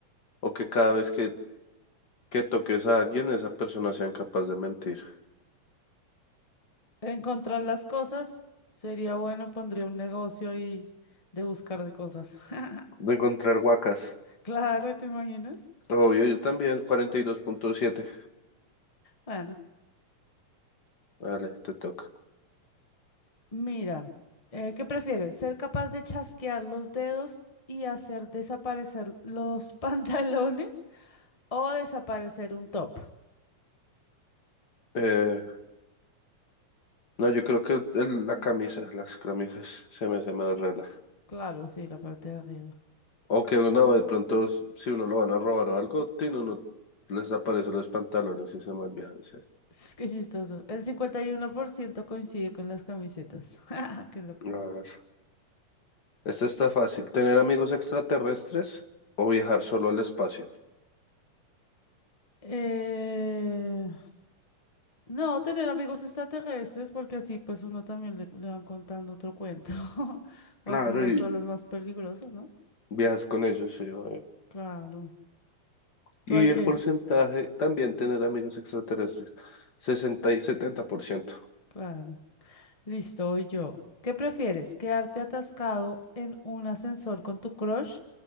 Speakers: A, on the left; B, on the left.
A: o que cada vez que, que toques a alguien, esa persona sea incapaz de mentir.
B: Encontrar las cosas sería bueno, pondría un negocio y de buscar de cosas. <laughs>
A: de encontrar huacas.
B: Claro, ¿te imaginas?
A: Obvio, yo también, cuarenta y dos punto siete
B: Bueno,
A: Vale, te toca.
B: mira, eh, ¿qué prefieres? ¿Ser capaz de chasquear los dedos y hacer desaparecer los <laughs> pantalones o desaparecer un top?
A: Eh, no, yo creo que el- la camisa, las camisas, se me se me rela.
B: Claro, sí, la parte de arriba.
A: O que uno de pronto, s- si uno lo van a robar o algo, tino, no no les aparecen los pantalones y se malviajan, sí.
B: <laughs> Es que chistoso. El 51% coincide con las camisetas. <laughs> Qué loco.
A: A ver, esta está fácil. ¿Tener amigos extraterrestres o viajar solo al espacio?
B: Eh... No, tener amigos extraterrestres, porque así pues uno también le, le van contando otro cuento, <laughs> porque
A: Claro,
B: uno
A: y
B: solo es más peligroso, ¿no?
A: viajas con ellos, sí, obvio.
B: Claro. ¿Tú
A: Y
B: hay que?
A: el porcentaje, también tener amigos extraterrestres, 60 y 70%
B: Claro. Listo, voy yo. ¿Qué prefieres? ¿Quedarte atascado en un ascensor con tu crush